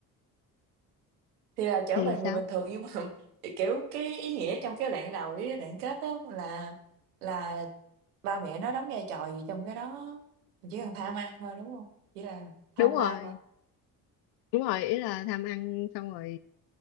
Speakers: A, on the right; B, on the left.
A: Thì là trở
B: thì
A: về người
B: sao
A: bình thường nhưng mà <laughs> kiểu cái ý nghĩa trong cái đoạn đầu với cái đoạn kết đó là là ba mẹ nó đóng vai trò gì trong cái đó. Chỉ cần tham ăn thôi đúng không? Chỉ là tham
B: đúng rồi
A: lam hả?
B: đúng rồi ý là tham ăn xong rồi